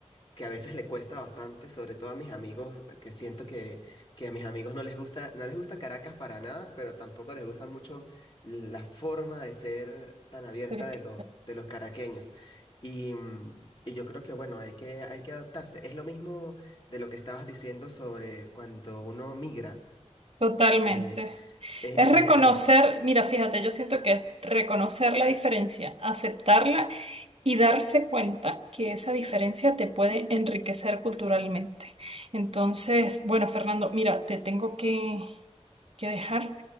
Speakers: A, on the left; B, on the right.
A: que a veces le cuesta bastante, sobre todo a mis amigos, eh, que siento que, que a mis amigos no les gusta, no les gusta Caracas para nada, pero tampoco les gusta mucho la forma de ser tan abierta
B: Pero
A: de
B: que-
A: los, de los caraqueños. Y, mm, y yo creo que, bueno, hay que, hay que adaptarse. Es lo mismo de lo que estabas diciendo sobre cuando uno migra.
B: Totalmente.
A: eh, es,
B: Es
A: es
B: reconocer,
A: eso.
B: mira, fíjate, yo siento que es reconocer la diferencia, aceptarla y darse cuenta que esa diferencia te puede enriquecer culturalmente. Entonces, bueno, Fernando, mira, te tengo que, que dejar